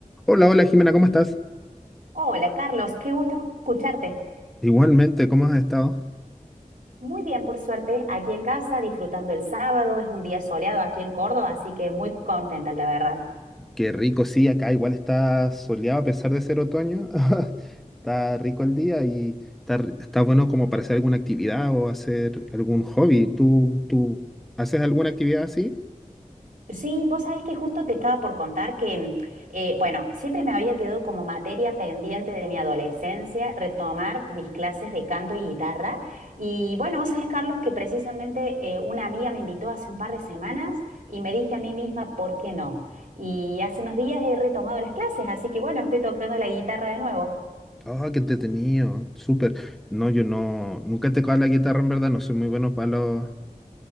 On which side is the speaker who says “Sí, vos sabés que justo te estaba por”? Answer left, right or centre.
Right